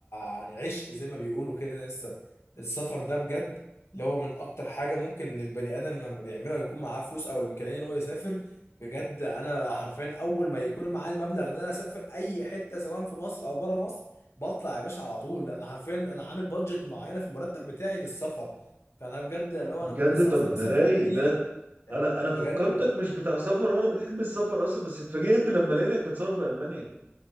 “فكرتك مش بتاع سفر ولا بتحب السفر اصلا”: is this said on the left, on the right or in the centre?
Right